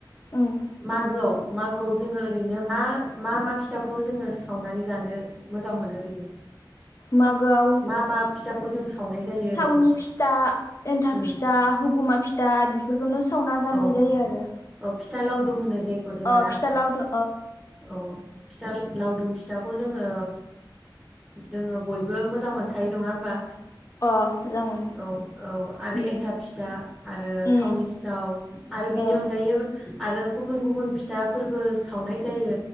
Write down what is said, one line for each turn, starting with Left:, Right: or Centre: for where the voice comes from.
Left: उम
Centre: मागोआव मागोआव जोंङो ओरैनो मा-मा मा फिथाखौ जोंङो सावनानै जानो मोजां मोनो ओरैनो
Left: मागोआव
Centre: मा मा फिथाखौ। जों सावनाय जायो ओरैनो
Left: थावनि फिथा एन्थाब
Centre: उम
Left: फिथा हुगुमा फिथा। बेफोरखौनो सावना जानाय
Centre: औ
Left: जायो आरो।
Centre: औ फिथा लावदुम होनो जायखौ जोंङो
Left: अ
Centre: ना
Left: फिथा लावदुम
Centre: औ फिथा। लावदुम फिथाखौ जोंङो जोंङो बयबो मोजां मोनखायो नङा होमबा।
Left: अ लावदुम
Centre: औ औ आरो
Left: अ मोजां मोनो
Centre: एन्थाब फिथा आरो
Left: उम
Centre: थावनि
Left: उम
Centre: सिथाव। आरो बेनि
Left: ओ
Centre: अनगायै आरो गुबुन गुबुन फिथा फोरबो सावनाय जायो